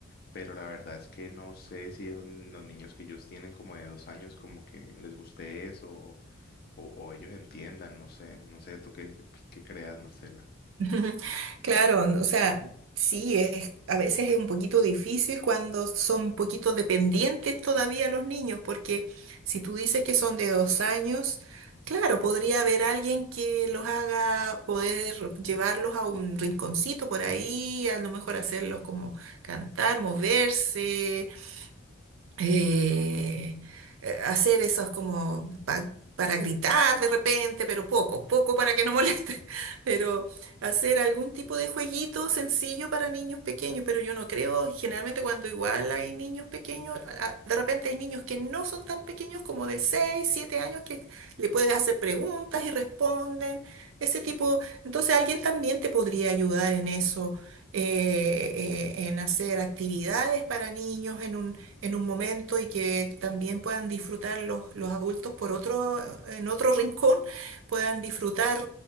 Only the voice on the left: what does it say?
pero la verdad es que no sé si los los niños que ellos tienen como de dos años como que les guste eso o, o ellos entiendan, no sé, no sé tú qué, qué creas, Marcela.